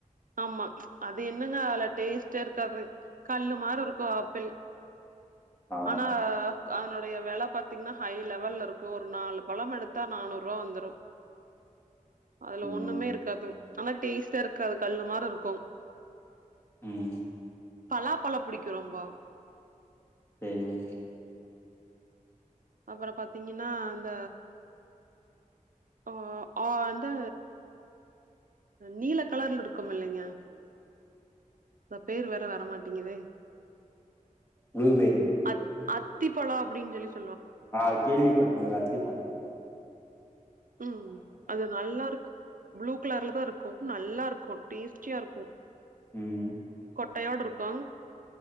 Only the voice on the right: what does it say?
ஆமா அது என்னங்க அதல டேஸ்டே இருக்காது கல்லு மாரி இருக்கு ஆப்பிள்
ஆனா அதனுடைய வெல பாத்தீங்ன்னா ஹை லெவல்லருக்கு ஒரு நாலு பழமெடுத்தா நானூறு ரூவா வந்துரு அதுல
ஒண்ணுமே இருக்காதுங் ஆனா டேஸ்ட்டாருக்காது கல்லு மாரி இருக்கு
பலா பழோ புடிக்கியு ரொம்போ
அப்புறோ பாத்தீங்ன்னா அந்த ஆ ஆ அந்து நீல கலர்ல இருக்குமில்லைங்க அ பேரு வேற வர மாட்டேங்குதே
அத் அத்திப்பழோ அப்டின்னு சொல்லி சொ
ம் அது நல்லாருக்கு ப்ளூ கலர்ல தா இருக்கு நல்லாருக்கு க்கோ டேஸ்டியாருக்கு
கையோடு இருக்கு